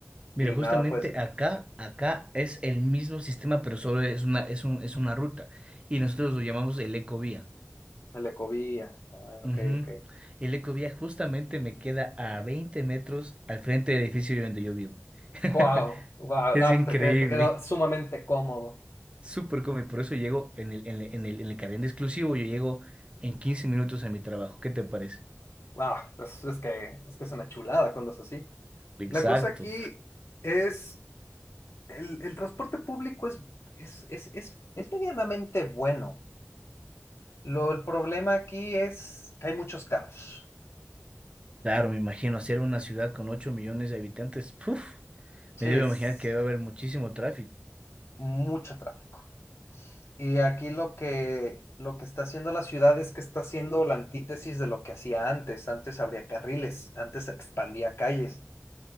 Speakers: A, on the right (about 20°); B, on the left (about 60°).
A: Mira,
B: y
A: justamente
B: nada, pues
A: acá, acá es el mismo sistema, pero solo es una, es un, es una ruta. Y nosotros lo llamamos el Ecovía.
B: el Ecovía, ah, ok,
A: Ujú.
B: ok.
A: El Ecovía justamente me queda a 20 metros al frente del edificio donde yo vivo. <laughs>
B: Wow, wow,
A: Es
B: no,
A: increíble,
B: pues te, qued- te queda sumamente cómodo.
A: súper cómodo. Y por eso llego en el, en el, en el, en el carril exclusivo, yo llego en 15 minutos a mi trabajo. ¿Qué te parece?
B: Wow, es, es que, es que es una chulada cuando es así.
A: Exacto.
B: La cosa aquí es, el, el transporte público es, es, es, es, es medianamente bueno. Lo, el problema aquí es que hay muchos carros.
A: Claro, me imagino hacer una ciudad con 8 millones de habitantes. Puf,
B: Sí,
A: me debo
B: es
A: imaginar que debe haber muchísimo tráfico.
B: mucho tráfico. Y aquí lo que, lo que está haciendo la ciudad es que está haciendo la antítesis de lo que hacía antes. Antes abría carriles, antes expandía calles.